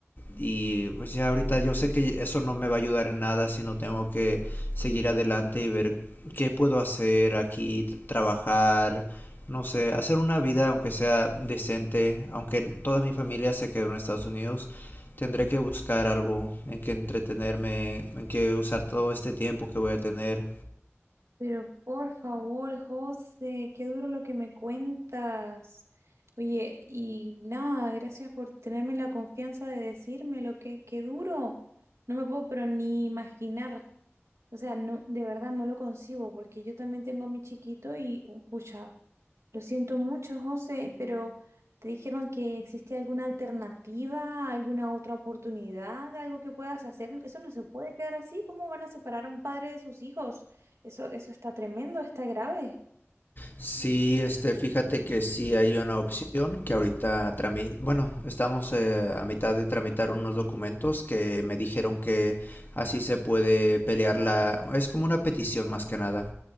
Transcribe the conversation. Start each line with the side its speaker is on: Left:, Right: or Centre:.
Left: y pues ya ahorita yo sé que eso no me va a ayudar en nada, sino tengo que seguir adelante y ver qué puedo hacer aquí, trabajar, no sé, hacer una vida aunque sea decente, aunque toda mi familia se quedó en Estados Unidos, tendré que buscar algo en que entretenerme, en que usar todo este tiempo que voy a tener.
Right: Pero por favor, José, qué duro lo que me cuentas. Oye, y nada, gracias por tenerme la confianza de decírmelo, qué, qué duro. No me puedo pero ni imaginar. O sea, no, de verdad no lo concibo porque yo también tengo a mi chiquito y, uh, pucha, lo siento mucho, José, pero ¿te dijeron que existe alguna alternativa, alguna otra oportunidad de algo que puedas hacer? Eso no se puede quedar así. ¿Cómo van a separar a un padre de sus hijos? Eso, eso está tremendo, está grave.
Left: Sí, este, fíjate que sí hay una opción que ahorita trami- bueno, estamos eh, a mitad de tramitar unos documentos que me dijeron que así se puede pelear la, es como una petición más que nada.